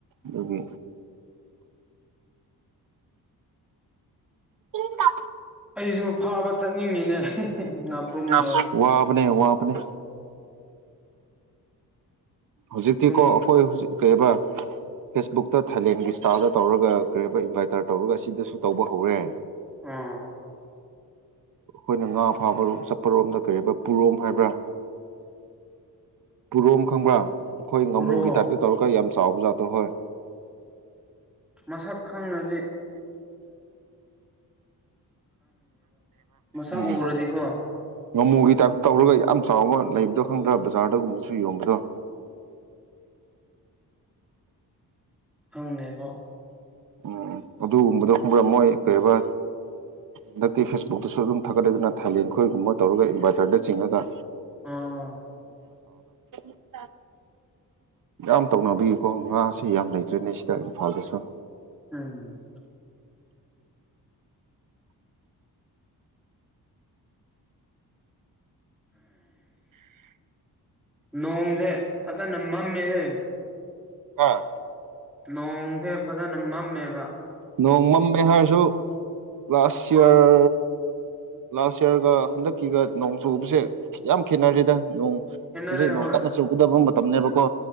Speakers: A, on the right; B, in the centre.
A: ꯂꯒꯤ ꯇꯤꯟ ꯀ
B: ꯑꯩꯁꯨ ꯐꯥꯕ ꯆꯠꯅꯤꯡꯉꯤꯅꯦ ꯉꯥꯄ꯭ꯔꯨꯝꯗꯣ
A: ꯉꯥꯄ꯭ꯔꯨꯝ ꯋꯥꯕꯅꯦ ꯋꯥꯕꯅꯦ ꯍꯧꯖꯤꯛꯇꯤꯀꯣ
B: ꯁꯨꯝ
A: ꯑꯩꯈꯣꯏ ꯍꯧꯖꯤꯛ ꯀꯩꯕ ꯐꯦꯁꯕꯨꯛꯇ ꯊꯥꯏꯂꯦꯟꯒꯤ ꯏꯁꯇꯥꯜꯗ ꯇꯧꯔꯒ ꯀꯔꯤꯕ ꯏꯟꯚꯥꯏꯇꯔ ꯇꯧꯔꯒ ꯑꯁꯤꯗꯁꯨ ꯇꯧꯕ ꯍꯧꯔꯦ
B: ꯑꯥ
A: ꯑꯩꯈꯣꯏꯅ ꯉꯥ ꯐꯥꯕꯣ ꯆꯠꯄꯔꯣꯝꯗ ꯀꯔꯤꯔꯤꯕ ꯄꯨꯔꯣꯝ ꯍꯥꯏꯕ꯭ꯔꯥ ꯄꯨꯔꯣꯝ ꯈꯪꯕ꯭ꯔꯥ ꯑꯩꯈꯣꯏ ꯉꯥꯃꯨꯒꯤ
B: ꯄꯨꯔꯣꯝ
A: ꯇꯥꯏꯞꯇ ꯇꯧꯔꯒ ꯌꯥꯝ ꯆꯥꯎꯕ ꯖꯥꯠꯇꯣ ꯍꯣꯏ
B: ꯃꯁꯛ ꯈꯪꯅꯗꯤ ꯃꯁꯛ
A: ꯎꯝ
B: ꯎꯔꯗꯤꯀꯣ
A: ꯉꯥꯃꯨꯒꯤ ꯇꯥꯏꯞꯇ ꯇꯧꯔꯒ ꯌꯥꯝ ꯆꯥꯎꯕ ꯂꯩꯕꯗꯣ ꯈꯪꯗ꯭ꯔꯥ ꯕꯖꯥꯔꯗꯒꯨꯝꯕꯁꯨ ꯌꯣꯟꯕꯗꯣ
B: ꯐꯪꯅꯦꯕ
A: ꯎꯝ ꯑꯗꯨꯒꯨꯝꯕꯗꯣ ꯈꯪꯕ꯭ꯔꯥ ꯃꯣꯏ ꯀꯩꯧꯕ ꯍꯟꯗꯛꯇꯤ ꯐꯦꯁꯕꯨꯛꯇꯁꯨ ꯑꯗꯨꯝ ꯊꯥꯒꯠꯂꯗꯨꯅ ꯊꯥꯏꯂꯦꯟ ꯑꯩꯈꯣꯏꯒꯨꯝꯕ ꯇꯧꯔꯒ ꯏꯟꯚꯔꯇꯔꯗ ꯆꯤꯡꯉꯒ
B: ꯑꯥ
A: <unintelligible> ꯌꯥꯝ ꯇꯧꯅꯕꯒꯤꯀꯣ ꯉꯥꯁꯦ ꯌꯥꯝ ꯂꯩꯇ꯭ꯔꯤꯅꯤ ꯏꯝꯐꯥꯜꯗꯁꯨ
B: ꯎꯝ ꯅꯣꯡꯁꯦ ꯐꯖꯅ ꯃꯝꯃꯦꯍꯦ
A: ꯍꯥꯥ
B: ꯅꯣꯡꯁꯦ ꯐꯖꯅ ꯃꯝꯃꯦꯕ
A: ꯅꯣꯡꯃꯝꯃꯦ ꯍꯥꯏꯔꯁꯨ ꯂꯥꯁ ꯌꯥꯔ ꯂꯥꯁ ꯌꯥꯔꯒ ꯍꯟꯗꯛꯀꯤꯒ ꯅꯣꯡ ꯆꯨꯕꯁꯦ ꯌꯥꯝ ꯈꯦꯠꯅꯔꯤꯗ
B: ꯈꯦꯠꯅꯔꯦ
A: ꯍꯧꯖꯤꯛ ꯅꯣꯡ
B: ꯍꯣꯏ
A: ꯀꯟꯅ ꯆꯨꯒꯗꯕ ꯃꯇꯝꯅꯦꯕꯀꯣ